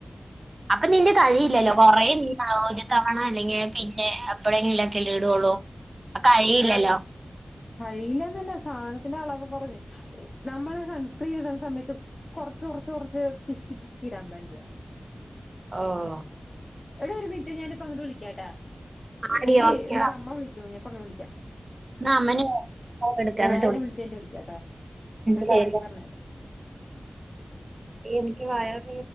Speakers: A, on the right (about 50°); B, on the left (about 45°).
A: അപ്പൊ നിന്റെ കഴിയില്ലല്ലോ കൊറേ നീ ഒരു തവണ അല്ലെങ്കിൽ പിന്നെ എപ്പഴെങ്കിലൊക്കെല്ലെ ഇടോള്ളൂ കഴിയില്ലല്ലോ
B: കഴിയില്ലന്നല്ല സാധനത്തിന്റെ അളവ് കുറഞ്ഞ് നമ്മള് സൺസ്ക്രീൻ ഇടുന്ന സമയത്ത് കൊറച്ച് കുറച്ച് കുറച്ച് പിശ്ക്കി പിശ്ക്കി ഇടാൻ പാടില്ല
A: ഓഹ്
B: എടി ഒരു മിനിറ്റ് ഞാന് ഇപ്പൊ അങ്ങട്ട് വിളിക്കാട്ടാ
A: ആടി
B: എനിക്ക്
A: ഓക്കെ
B: ഇപ്പ അമ്മ വിളിക്കുന്നു ഞാൻ ഇപ്പ അങ്ങട്ട് വിളിക്കാ <inaudible>
A: അമ്മന് എടുക്കാൻ
B: ഞാനും <unintelligible> ച് കഴിഞ്ഞിട്ട് വിളിക്കാട്ടാ എന്നിട്ട്
A: ശരി
B: ബാക്കി പറഞ്തരാ
A: എനിക്ക് വയറ്